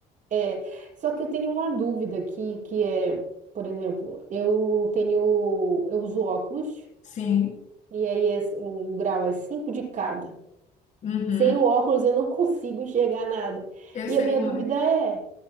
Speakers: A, on the right; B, on the left.
A: É, só que eu tenho uma dúvida aqui, que é, por exemplo, eu tenho, eu uso óculos
B: Sim.
A: e aí é, um grau é 5 de cada.
B: Uhum.
A: Sem o óculos eu não <laughs> consigo enxergar nada.
B: Eu
A: E
B: sei
A: a minha
B: como
A: dúvida
B: é.
A: é,